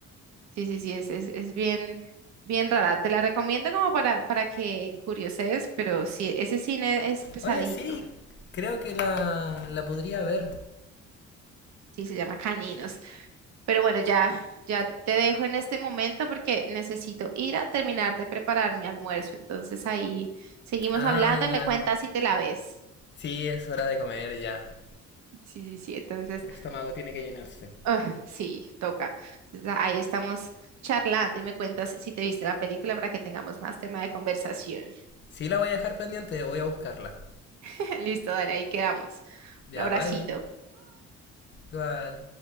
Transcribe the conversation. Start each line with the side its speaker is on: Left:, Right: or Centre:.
Right: sí, sí, sí, es, es, es bien, bien rara. Te la recomiendo como para, para que curioses, pero sí, ese cine es pesadito,
Left: Oye, sí, creo que la, la podría ver.
Right: sí, se llama Caninos. Pero bueno, ya, ya te dejo en este momento porque necesito ir a terminar de preparar mi almuerzo. Entonces ahí seguimos
Left: Ah,
Right: hablando y
Left: ya.
Right: me cuentas si te la ves.
Left: Sí, es hora de comer ya.
Right: Sí, sí, sí. Entonces,
Left: El estómago tiene que llenarse.
Right: ah, sí, toca. Entonces, ahí estamos charlando y me cuentas si te viste la película para que tengamos más tema de conversación.
Left: Sí, la voy a dejar pendiente, voy a buscarla.
Right: <laughs> Listo, dale, ahí quedamos.
Left: Ya,
Right: Un abracito.
Left: bye. Igual.